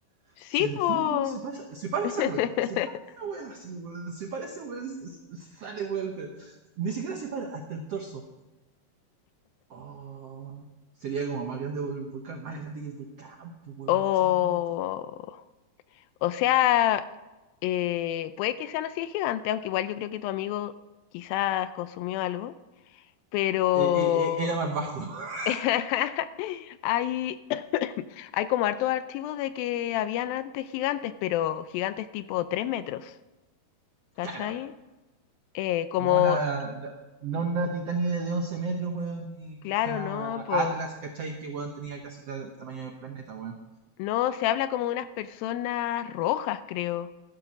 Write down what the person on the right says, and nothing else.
O
sea, imagínate,
weón, se para, se para
esa weá. Se para esa weá así, weón. Se para esa weá, sale, weón. pero Ni siquiera se para, hasta el torso. Oh, sería como más grande que el volcán. Más grande que el volcán, pues, weón.
Me dice más grande que el volcán.
Eh, eh, eh, era más bajo, <laughs>
claro.
No una, no, no una Titania de 11 metros, weón. Ni
quizá
Atlas, ¿cachai? Que, weón, tenía casi la- el tamaño del planeta, weón.